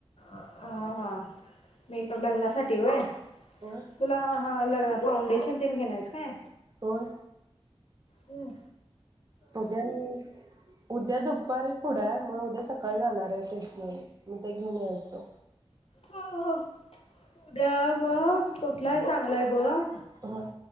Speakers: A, on the left; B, on the right.
A: हा हा हा मेकअप लग्नासाठी व्हय
B: होय
A: तुला हा हा लागणार फाउंडेशन तेन घेणार आहेस काय?
B: होय
A: हम्
B: उद्या मी उद्या दुपारी पुढं आहे मग उद्या सकाळी जाणार आहे टेशन मग ते धुण्यायचा
A: हो हो उद्या ब कुठला चांगला आहे ब
B: ह